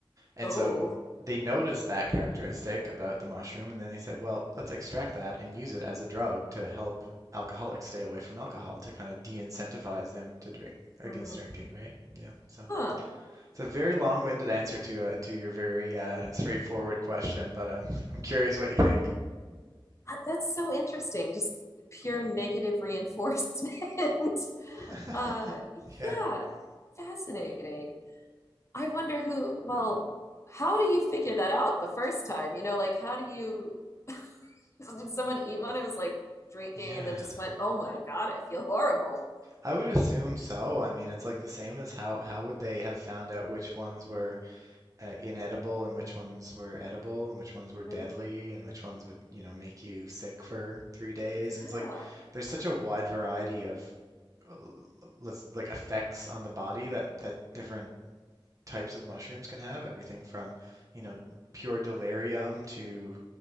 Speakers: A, on the right; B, on the left.
A: And
B: Oh.
A: so they noticed that characteristic about the mushroom, and then they said, well, let's extract that and use it as a drug to help alcoholics stay away from alcohol to kind of de-incentivize them to drink against
B: Mhm.
A: drinking, right? Yeah. So
B: Huh.
A: it's a very long-winded answer to uh, to your very uh, straightforward question, but um, <laughs> I'm curious what you think.
B: Ah, That's so interesting. Just pure negative reinforcement. <laughs>
A: <laughs>
B: Uh,
A: Yeah.
B: yeah, fascinating. I wonder who, well, how do you figure that out the first time? You know, like how do you, <laughs> did someone eat one? It was like drinking
A: Yeah.
B: and then just went, oh my God, I feel horrible.
A: I would assume so. I mean, it's like the same as how how would they have found out which ones were uh, inedible and which ones were edible and which ones were deadly
B: Mm-hmm.
A: and which ones would, you know, make you sick for three days?
B: Yeah.
A: Because like there's such a wide variety of uh, let's like effects on the body that that different
B: Mm-hmm.
A: types of mushrooms can have. Everything from, you know, pure delirium to,